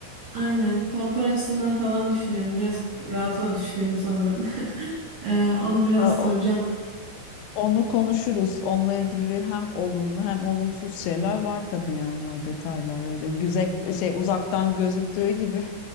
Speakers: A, on the right; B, on the left.
A: aynen konfor açısından falan düşünüyorum. Biraz rahatıma düşkünüm sanırım. <laughs> Ee, onu biraz
B: Ha,
A: soracağım.
B: o- Onu konuşuruz. Onunla ilgili hem olumlu hem olumsuz şeyler var tabii yani o detaylar öyle güzel şey uzaktan gözüktüğü gibi